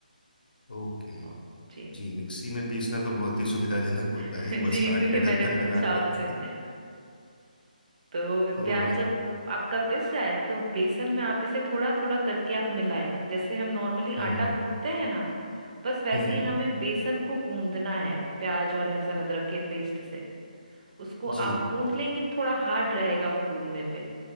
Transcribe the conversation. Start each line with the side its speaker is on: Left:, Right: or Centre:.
Left: ओके
Right: ओ, जी
Left: जी मिक्सी में पीसना तो बहुत ही सुविधाजनक होता
Right: <laughs>
Left: है बस
Right: जी इसीलिए
Left: काट के
Right: मैंने
Left: ढक्कन
Right: पूछा
Left: लगा के
Right: आपसे
Left: <laughs>
Right: तो
Left: तो
Right: प्याज
Left: हम्म
Right: जब आपका पिस जाए तो बेसन में आप इसे थोड़ा थोड़ा करके आप मिलाएं जैसे हम नॉर्मली
Left: हम्म
Right: आटा गूंदते हैं ना बस वैसे
Left: हम्म हम्म,
Right: ही हमें बेसन को गूंदना है प्याज और लहसुन अदरक के पेस्ट से उसको
Left: जी
Right: आप गूंद लेंगे थोड़ा हार्ड रहेगा वो गूंदने पे